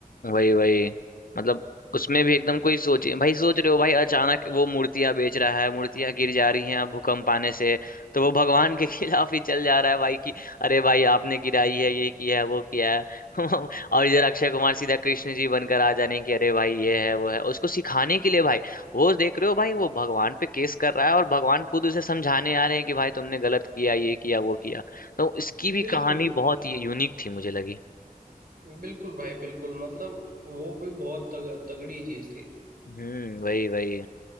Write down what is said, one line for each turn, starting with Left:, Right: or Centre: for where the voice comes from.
Left: वही वही मतलब उसमें भी एकदम कोई सोचे भाई सोच रहे हो भाई अचानक वो मूर्तियां बेच रहा है मूर्तियां गिर जा रही हैं अब भूकंप आने से तो वो भगवान के <laughs> खिलाफ ही चल जा रहा है भाई कि अरे भाई आपने गिराई है ये किया है वो किया है <laughs> और इधर अक्षय कुमार सीधा कृष्ण जी बनकर आ जाने की अरे भाई ये है वो है उसको सिखाने के लिए भाई वो देख रहे हो भाई वो भगवान पे केस कर रहा है और भगवान खुद उसे समझाने आ रहे हैं कि भाई तुमने गलत किया ये किया वो किया तो इसकी भी
Right: बिल्कुल
Left: कहानी बहुत ही यूनिक थी मुझे लगी
Right: बिल्कुल भाई बिल्कुल मतलब वो भी बहुत तग, तगड़ी चीज थी
Left: हम्म वही वही